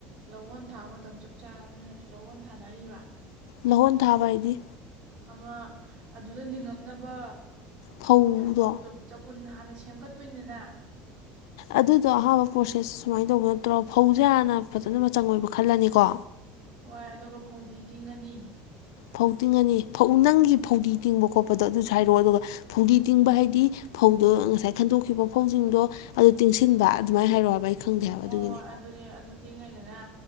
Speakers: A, on the right (about 55°); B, on the left (about 85°).
A: ꯂꯧꯒꯣꯟ ꯊꯥꯕ ꯃꯇꯝ ꯆꯞ ꯆꯥꯕꯅꯤꯅ ꯍꯧꯖꯤꯛ ꯂꯣꯟ ꯊꯥꯅꯔꯤꯕ
B: ꯂꯍꯣꯟ ꯊꯥꯕ ꯍꯥꯏꯗꯤ
A: ꯑꯃ ꯑꯗꯨꯗ ꯂꯤꯡꯉꯛꯅꯕ
B: ꯐꯧꯗꯣ
A: ꯀꯩꯅꯣ ꯇꯧꯕꯗꯣ ꯆ ꯎꯟ ꯍꯥꯟꯅ ꯁꯦꯝꯒꯠꯇꯣꯏꯅꯤꯅ
B: ꯑꯗꯨꯗꯣ ꯑꯍꯥꯥꯟꯕ ꯄ꯭ꯔꯣꯁꯦꯁ ꯁꯨꯃꯥꯏꯅ ꯇꯧꯕ ꯅꯠꯇ꯭ꯔꯣ ꯐꯧꯁꯦ ꯍꯥꯟꯅ ꯐꯖꯅ ꯃꯆꯪ ꯑꯣꯏꯕ ꯈꯜꯂꯅꯤꯀꯣ
A: ꯍꯣꯏ ꯑꯗꯨꯒ ꯐꯧꯗꯤ ꯇꯤꯡꯉꯅꯤ
B: ꯐꯧ ꯇꯤꯡꯉꯅꯤ ꯐꯧ ꯅꯪꯒꯤ ꯐꯧꯗꯤ ꯇꯤꯡꯕ ꯈꯣꯠꯄꯗꯣ ꯑꯗꯨꯁꯨ ꯍꯥꯏꯔꯛꯑꯣ ꯑꯗꯨꯒ ꯐꯧꯗꯤ ꯇꯤꯡꯕ ꯍꯥꯏꯗꯤ ꯐꯧꯗꯣ ꯉꯁꯥꯏ ꯈꯟꯗꯣꯛꯈꯤꯕ ꯐꯧꯁꯤꯡꯗꯣ ꯑꯗꯨ ꯇꯤꯡꯁꯤꯟꯕ ꯑꯗꯨꯃꯥꯏꯅ ꯍꯥꯏꯔꯣ ꯍꯥꯏꯕ ꯑꯩ ꯈꯪꯗꯦ ꯍꯥꯏꯕ
A: ꯍꯣꯏ
B: ꯑꯗꯨꯒꯤꯅꯤ
A: ꯍꯣꯏ ꯑꯗꯨꯅꯦ ꯑꯗꯨ ꯇꯤꯡꯉꯩꯗꯅ